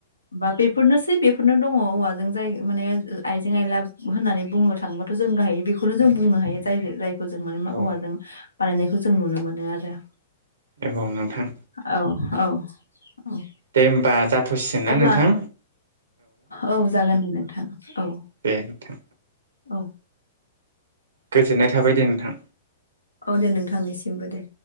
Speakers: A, on the left; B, on the right.
A: बेफोरनोसै बेफोरनो दङ औवाजों जाय माने आइजें आइला होननानै बुंनो थाङोबाथ' जों गाहायो बे बेखौनो जों बुंनो हायो जाय जायफोरजों माने मा
B: औ
A: औवाजों बानायनायखौ जों नुनो मोनो आरो।
B: औ नोंथां।
A: औ औ औ
B: दे होमबा जाथ'सिगोन ना
A: अब्ला
B: नोंथां।
A: औ जागोन दे नोंथां औ।
B: दे नोंथां
A: औ।
B: गोजोननाय थाबाय दे नोंथां।
A: औ दे नोंथांनिसिमबो दे।